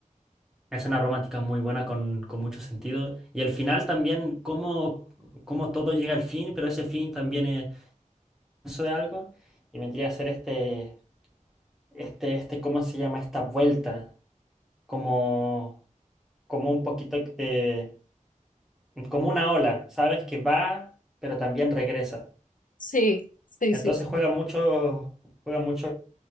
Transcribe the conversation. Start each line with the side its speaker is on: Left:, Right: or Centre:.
Centre: es una romántica muy buena con, con mucho sentido. Y el final también, cómo, cómo todo llega al fin, pero ese fin también es eso de algo. Y vendría a ser este, este, este, ¿cómo se llama? Esta vuelta. Como, como un poquito de, como una ola, ¿sabes? Que va, pero también regresa.
Left: Sí, sí,
Centre: Entonces
Left: sí, sí.
Centre: juega mucho, juega mucho.